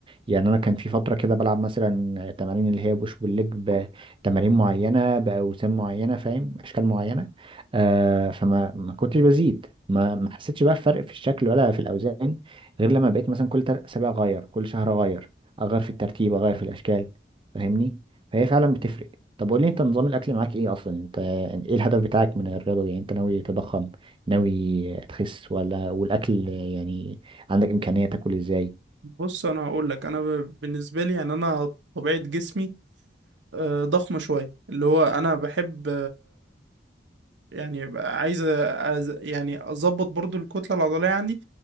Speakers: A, on the right; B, on the right.
A: يعني انا كان في فتره كده بلعب مثلا تمارين اللي هي بوش بول ليج بتمارين معينه باوزان معينه فاهم اشكال معينه آه فما ما كنتش بزيد ما ما حسيتش بقى فرق في الشكل ولا في الاوزان غير لما بقيت مثلا كل تل- اسابيع اغير كل شهر اغير اغير في الترتيب اغير في الاشكال فاهمني فهي فعلا بتفرق طب قول لي انت نظام الاكل معاك ايه اصلا انت يعني ايه الهدف بتاعك من الرياضة دي يعني انت ناوي تضخم ناوي تخس ولا والاكل يعني عندك امكانية تاكل ازاي
B: بص أنا هقول لك أنا ب... بالنسبة لي يعني أنا طبيعة جسمي آه، ضخمة شوية اللي هو أنا بحب يعني بقى عايز أز... يعني اظبط برضو الكتله العضليه عندي